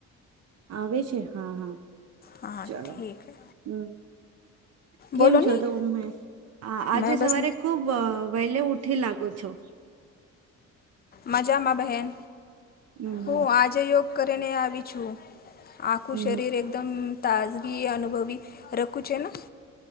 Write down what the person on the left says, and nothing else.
હા
ઠીક હે
બોલો
ની
મેં બસ
મજામાં બહેન
હું આજે યોગ કરીને આવી છું. આખું
શરીર
એકદમ તાજગી અનુભવી રખું છે ને